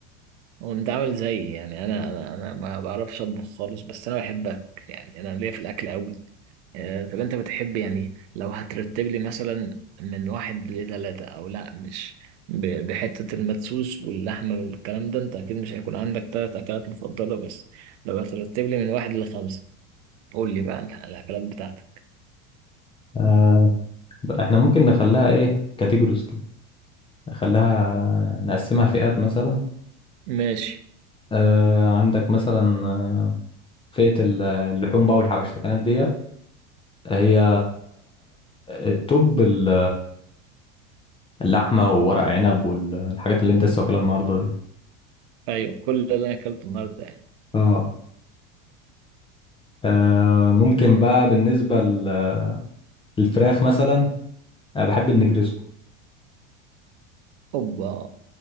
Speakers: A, on the right; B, on the left.
A: وأنت عامل زيي يعني أنا أنا أنا ما بعرفش أطبخ خالص بس أنا بحب أكل يعني أنا ليا في الأكل أوي آه، طب أنت بتحب يعني لو هترتب لي مثلا من واحد لتلاتة أو لأ مش ب- بحتة المدسوس واللحمة والكلام ده أنت أكيد مش هيكون عندك تلات أكلات مفضلة بس لو هترتب لي من واحد لخمسة قول لي بقى الأكلات بتاعتك
B: آه، احنا ممكن نخليها ايه كاتيجوريز كده نخليها نقسمها فئات مثلا
A: ماشي
B: آه عندك مثلا آه، فئة ال- اللحوم بقى والحبشتكنات ديت هي التوب ال- اللحمة وورق عنب والحاجات اللي انت لسه واكلها النهاردة دي
A: ايوه كل اللي انا اكلته النهارده يعني
B: اه آه، ممكن بقى بالنسبة لل- للفراخ مثلا أنا بحب النجرسكو
A: اوبا